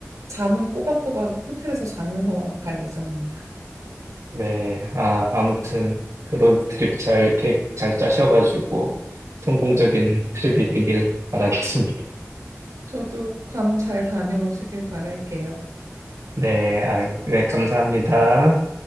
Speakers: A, on the right; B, on the right.
A: 잠은 꼬박꼬박 호텔에서 자면서 갈 예정입니다.
B: 네, 아, 아무튼 그 로드트립 잘 계획 잘 짜셔가지고 성공적인 <laughs> 트립이 되길 바라겠습니다.
A: 저도 괌 잘 다녀오시길 바랄게요.
B: 네, 아유, 네, 감사합니다.